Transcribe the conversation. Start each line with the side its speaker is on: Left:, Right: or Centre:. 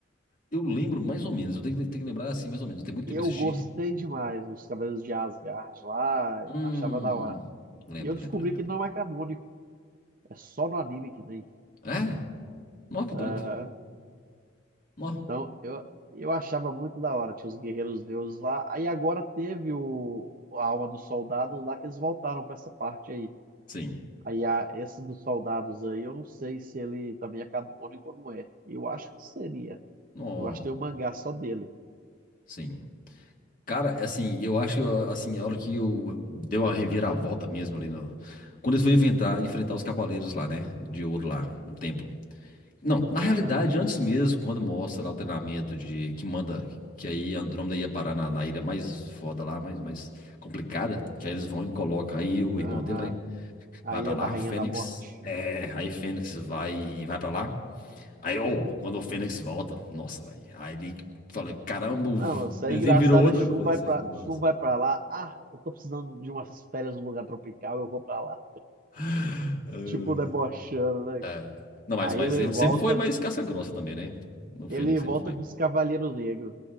Left: Eu lembro mais ou menos, eu tenho que, tenho que lembrar assim, mais ou menos. Tem muito tempo
Right: Eu
Left: que eu assisti.
Right: gostei demais dos Cavaleiros de Asgard lá,
Left: Hum.
Right: achava da hora.
Left: Lembro,
Right: E eu descobri
Left: lembro, lembro,
Right: que
Left: lembro.
Right: não é canônico, é só no anime que tem.
Left: É? Nó, que
Right: Aham.
Left: doido. Nó.
Right: Então, eu, eu achava muito da hora, tinha os guerreiros deuses lá. Aí agora teve o, a alma dos soldados lá, que eles voltaram para essa parte aí.
Left: Sim.
Right: Aí a, esse dos soldados aí, eu não sei se ele também é canônico ou não é. Eu acho que seria.
Left: Nó.
Right: Eu acho que tem um mangá só dele.
Left: Sim. Cara, assim, eu acho que assim, a hora que eu dei uma reviravolta mesmo ali no. Quando eles foram enfrentar, enfrentar os cavaleiros lá, né? De ouro lá, no templo. Não, na realidade,
Right: Aham,
Left: antes mesmo, quando mostra lá o treinamento de. Que manda. Que aí Andrômeda ia parar na, na ilha mais foda lá, mais, mais complicada. Que aí eles vão e colocam. Aí o
Right: aham.
Left: irmão dele, né?
Right: A
Left: Vai
Right: Ilha
Left: pra lá,
Right: da Rainha
Left: o Fênix.
Right: da Morte.
Left: É, aí Fênix vai e vai pra lá. Aí, ô, quando o Fênix volta, nossa, velho. Aí ele fala, caramba, o
Right: Não, isso é
Left: desenho
Right: engraçado.
Left: virou outra
Right: A Shun
Left: coisa,
Right: vai
Left: assim,
Right: pra,
Left: ficou massa.
Right: Shun vai pra lá. Ah, eu tô precisando de umas férias num lugar tropical, eu vou pra lá.
Left: Ai,
Right: Tipo, debochando, né,
Left: ai.
Right: cara?
Left: É. Não, mas,
Right: Aí
Left: mas
Right: ele
Left: ele
Right: volta.
Left: sempre foi mais casca grossa também, né? O Fênix
Right: Ele
Left: sempre
Right: volta
Left: foi.
Right: com os Cavaleiros Negros.